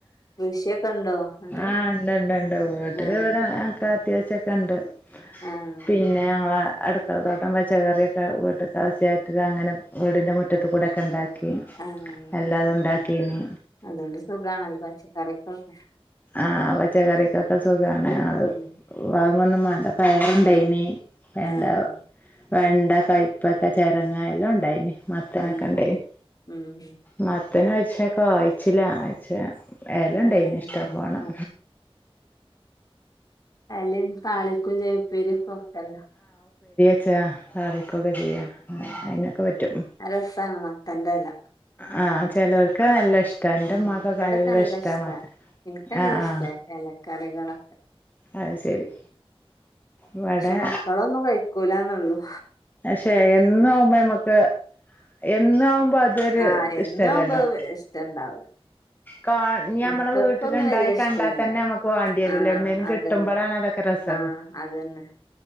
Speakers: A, on the left (about 40°); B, on the left (about 20°).
A: കൃഷിയൊക്കെ ഉണ്ടോ എന്നിട്ട്
B: ആ ഇണ്ട് ഇണ്ട് ഇണ്ട് വീട്ടില്
A: ആഹ്
B: ഇവിടെ ഞങ്ങക്ക് അത്യാവശ്യക്കെ ഇണ്ട്.
A: ആഹ്
B: പിന്നെ ഞങ്ങളെ അടുക്കള തോട്ടം പച്ചക്കറിയൊക്കെ വീട്ട് കാവശ്യായിട്ടത് അങ്ങനെ വീടിന്റെ മുറ്റത്ത് കൂടൊക്കെണ്ടാ ക്കി
A: ആഹ്
B: അല്ലാതും ഉണ്ടാക്കിനി.
A: അതുകൊണ്ട് സുഖാണല്ലോ പച്ചക്കറിക്കൊക്കെ
B: ആ പച്ചകറിക്കൊക്കെ സു സുഖാണ് ഞങ്ങള്
A: ഉം
B: വാങ്ങൊന്നും വണ്ട പയറുണ്ടായിനി,
A: ഉം
B: വെണ്ട
A: ആഹ്
B: വെണ്ട, കയ്പക്ക, ചെരങ്ങ എല്ലം ഇണ്ടായിനി. മത്തനൊക്കെ
A: ആഹ്
B: ഇണ്ടായിനി.
A: ഉം
B: മ ത്തന് വയ്ച്ചേക്കോ വായിച്ചില്ല അയച്ച ഏല ഉണ്ടായിനി
A: ആഹ്
B: ഇഷ്ടം വണം
A: ആഹ് ലെ താളിക്കും ചേപ്പീരക്കും ഒക്കല്ലോ?
B: അച്ചാ തടിക്കൊക്കെ ചെയ്യാ
A: ഉം
B: അതിനൊക്കെ പറ്റും
A: നല്ല രസാണ് മത്തന്റെല
B: ആ ചിലവർക്കാണ് നല്ല ഇഷ്ടാ എന്റെ
A: ഉം
B: ഉമ്മാക്കൊക്കെ
A: ഇവിടൊക്കെ നല്ല ഇഷ്ടാ
B: മത്തൻ
A: ഇൻക്ക് നല്ല
B: ആഹ്
A: ഇഷ്ട
B: ആഹ്
A: എലക്കറികളൊക്കെ
B: അത് ശരി ഇവിടെ
A: പക്ഷെ മക്കളൊന്നും കഴിക്കൂലന്നൊള്ളൂ
B: പക്ഷെ എന്നുവുമ്പോ നമ്മക്ക് എന്നവുമ്പോ അതൊരു
A: ആഹ് എന്നാവുമ്പോ
B: ഇഷ്ടല്ലല്ലോ?
A: ഇഷ്ടണ്ടാവൂല
B: കാ ഞമ്മളെ
A: മക്കൾക്കൊന്നും
B: വീട്ടിലുണ്ടായി
A: വല്ല്യ ഇഷ്ടല്ല
B: കണ്ടാ തന്നെ നമുക്ക് വാണ്ടി വരൂല
A: ആ
B: എവിടുന്നേലും
A: അതന്നെ
B: കിട്ടുമ്പളാണ് അതൊക്കെ രസൊള്ളു
A: ആ ആ അതന്നെ